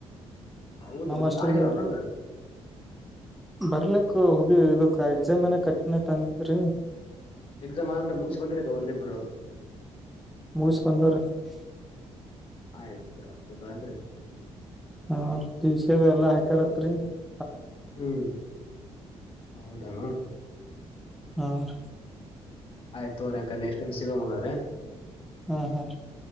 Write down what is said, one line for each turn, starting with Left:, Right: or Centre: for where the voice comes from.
Left: ಹೌದ
Centre: ನಮ್ಮ ಅಷ್ಟಲ್ಲ
Left: ಆಗ್ಯಾವನ ಅದು
Centre: ಬರ್ಲಿಕ್ಕ ಹೋಗಿ <unintelligible> ಎಕ್ಸಾಮ್ ಏನ ಕಟ್ಟಣ ತ ಅಂದ್ರೆ <unintelligible>
Left: ಎಕ್ಸಾಮ್ ಆರಾಡೆ ಮುಗ್ ಬಂದಿರಗ ಒಂದಬ್ರು <unintelligible>
Centre: ಮೂರು ಸ್ಕಂದರ <unintelligible>
Left: ಆಯ್ತು ಹೌದಾ ಅಂದ್ರೆ <unintelligible>
Centre: ಹ ಸಿದ ಎಲ್ಲಾ ಹಾಕರತ್ರಿ <unintelligible>
Left: ಹ್ಮ್ ಹೌದಾನು <unintelligible>
Centre: ಹ <unintelligible>
Left: ಆಯ್ತು ತೋರಿ ಅಂಕ ನೆಕ್ಸ್ಟ್ ಟೈಮ್ ಸಿಗೋ <unintelligible> ಮಂಗ್ರೆ
Centre: ಹ್ಮ್ ಹ್ಮ <unintelligible>